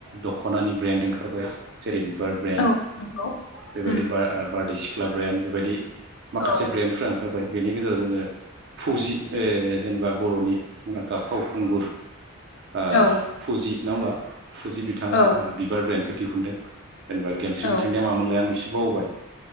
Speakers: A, on the right; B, on the left.
A: दखनानि ब्रेन्ड ओंखार खारबाय। जेरै बिबार ब्रेन्ड
B: औ नंगौ
A: बेबायदि
B: उम
A: बा आ बार्दै सिख सिख्ला ब्रेन्ड बेबायदि माखासे
B: औ
A: ब्रेन्डफोरा ओंखारबाय। फाय बेनि गेजेराव जोङो फौजि ओ जेनेबा बर'नि मुंदांखा फावखुंगुर ओ
B: औ
A: फुजि नङा होमबा। फुजि बिथाङा
B: औ
A: बिबार ब्रेन्डखौ दिहुनदों। जेनबा गेमस्रि
B: औ
A: बिथांनिया मामोनल आं इसे बावबाय